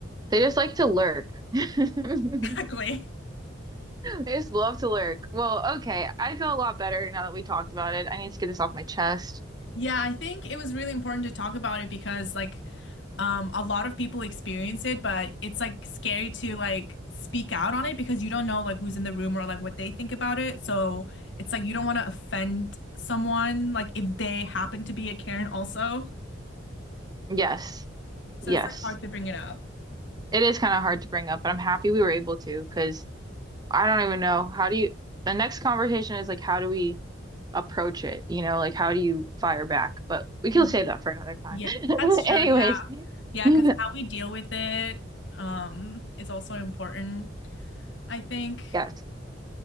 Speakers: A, on the right (about 20°); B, on the left (about 65°).
A: They just like to lurk. <laughs>
B: <laughs> Exactly
A: They just love to lurk. Well, okay. I feel a lot better now that we talked about it. I need to get this off my chest.
B: yeah I think it was really important to talk about it because like um a lot of people experience it but it's like scary to like speak out on it because you don't know like who's in the room or like what they think about it so it's like you don't want to offend someone like if they happen to be a Karen also
A: Yes,
B: so
A: yes.
B: it's like hard to bring it up
A: It is kind of hard to bring up, but I'm happy we were able to because I don't even know. How do you, the next conversation is like, how do we approach it? You know, like, how do you fire back? But we can
B: Mhm.
A: save that for another time.
B: yeah
A: <laughs>
B: that's true
A: Anyways,
B: yeah Yeah,
A: <laughs>
B: because how we deal with it um, is also important, I think.
A: yes.